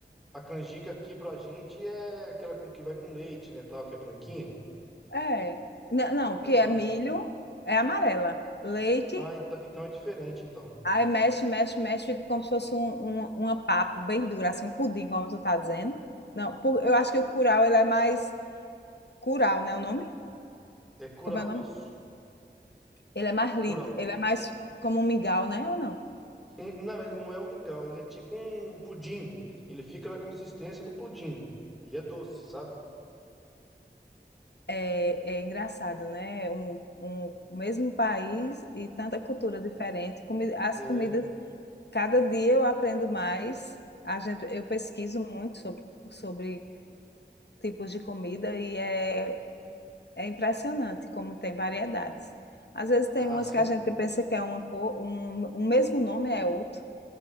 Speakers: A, in the centre; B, on the left (about 65°).
A: a canjica aqui pra gente é aquela com que vai com leite, né, tal, que é branquinha.
B: É. N- Não, que
A: Ah,
B: é milho, é amarela. Leite,
A: Ah, então, então é diferente, então.
B: aí mexe, mexe, mexe, fica como se fosse um- um- uma papa bem dura, assim, um pudim, como tu tá dizendo. Não, pu- eu acho que o curau, ele é mais... Curau, né, o nome?
A: É curau,
B: Como é o nome?
A: isso?
B: Ele é mais
A: É
B: líquido,
A: curau.
B: ele é mais como um mingau, né, ou não?
A: Hum, Não, ele não é um mingau, ele é tipo um pudim. Ele fica na consistência do pudim. E é doce, sabe?
B: É, é engraçado, né? Um, um mesmo país e tanta cultura diferente. Comi- As
A: É.
B: comidas, cada dia eu aprendo mais. A gente, eu pesquiso muito sobre, sobre tipos de comida e é, é impressionante como tem variedades. Às vezes tem
A: Ah,
B: umas
A: sim.
B: que a gente pensa que é uma cor, um, um mesmo nome é outro,